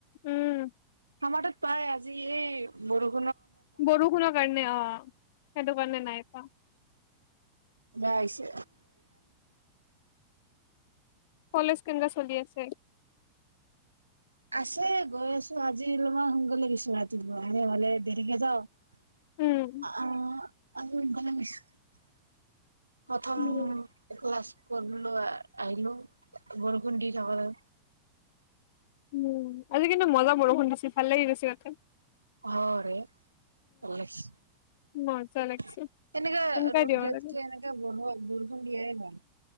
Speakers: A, on the left; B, on the right.
A: উম।
B: আমাৰ তাত পাই আজি এই বৰষ
A: বৰষুণৰ কাৰণে অ', সেইটো কাৰণে নাই পোৱা।
B: এতিয়া আইছে।
A: কলেজ কেনেকা চলি আছে?
B: আছে গৈ আছোঁ, আজি অলপমান সোনকালে গেছো ৰাতিপুৱা এনেহ'লে দেৰিকে যাওঁ। অহ,
A: উম
B: আফালে গৈছো প্ৰথম
A: উম
B: ক্লাছ ক'লোয়ে। আহিলোঁ বৰষুণ দি থাকোতে।
A: উম, আজি কিন্তু মজা বৰষুণ দিছে ভাল লাগি গৈছে এয়াতে।
B: হয়, ৰে। <unintelligible>
A: মজা লাগছে
B: এনেকে
A: সেনেকাই
B: ৰ'দ
A: দিব
B: দিয়াত
A: লাগে।
B: কে এনেকে বৰ বৰষুণ দিয়াই ভাল।